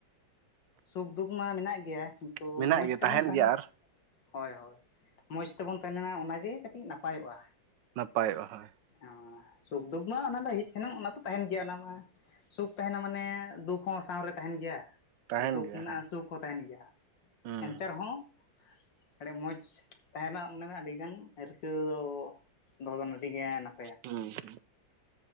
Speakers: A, on the left; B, on the right.
A: ᱥᱩᱠ ᱫᱩᱠ ᱢᱟ ᱢᱮᱱᱟᱜ ᱜᱮᱭᱟ ᱠᱤᱱᱛᱩ
B: ᱢᱮᱱᱟᱜ
A: ᱢᱚᱸᱡᱽ
B: ᱜᱮᱭᱟ
A: ᱛᱮᱵᱚᱱ
B: ᱛᱟᱦᱮᱱ
A: ᱛᱟᱦᱮᱸ
B: ᱜᱮᱭᱟ
A: ᱞᱮᱱ
B: ᱟᱨ
A: ᱦᱳᱭ ᱦᱳᱭ ᱢᱚᱡᱽ ᱛᱮᱵᱚᱱ ᱛᱟᱦᱮᱸ ᱞᱮᱱᱟ ᱚᱱᱟ ᱜᱮ ᱠᱟᱹᱴᱤᱡ ᱱᱟᱯᱟᱭᱚᱜ-ᱟ᱾
B: ᱱᱟᱯᱟᱭᱚᱜ-ᱟ ᱦᱳᱭ᱾
A: ᱚ ᱥᱩᱠ ᱫᱩᱠ ᱢᱟ ᱚᱱᱟ ᱫᱚ ᱦᱮᱡ ᱥᱮᱱᱚᱜ ᱚᱱᱟ ᱛᱚ ᱛᱟᱦᱮᱸᱱ ᱜᱮᱭᱟ᱾ ᱚᱱᱟ ᱢᱟ ᱥᱩᱠ ᱛᱟᱦᱮᱸᱱᱟ ᱢᱟᱱᱮ ᱫᱩᱠ ᱦᱚᱸ ᱥᱟᱶᱨᱮ ᱛᱟᱦᱮᱸᱱ ᱜᱮᱭᱟ᱾
B: ᱛᱟᱦᱮᱱ
A: ᱟᱨ ᱫᱩᱠ
B: ᱜᱮᱭᱟ
A: ᱢᱮᱱᱟᱜ-ᱟ
B: ᱦᱩᱸ
A: ᱥᱩᱠ ᱦᱚᱸ ᱛᱟᱦᱮᱸᱱ ᱜᱮᱭᱟ
B: ᱦᱩᱸ
A: ᱮᱱᱛᱮ ᱨᱮᱦᱚᱸ ᱟᱹᱰᱤ ᱢᱚᱸᱡᱽ ᱛᱟᱦᱮᱸᱱᱟᱜ ᱢᱚᱱᱮᱢᱮ ᱟᱹᱰᱤᱜᱟᱱ ᱨᱤᱠᱟᱹ ᱫᱚ ᱫᱚᱦᱚ ᱫᱚ ᱟᱹᱰᱤ ᱜᱮ ᱱᱟᱯᱟᱭᱟ᱾
B: ᱦᱩᱸ